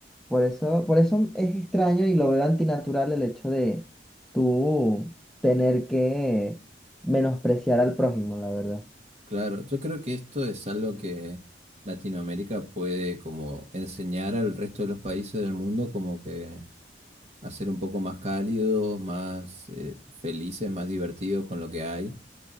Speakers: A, in the centre; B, on the right (about 35°).
A: por eso, por eso es extraño y lo veo antinatural el hecho de tú tener que menospreciar al prójimo, la verdad.
B: claro. Yo creo que esto es algo que Latinoamérica puede como enseñar al resto de los países del mundo como que hacer un poco más cálidos, más eh, felices, más divertidos con lo que hay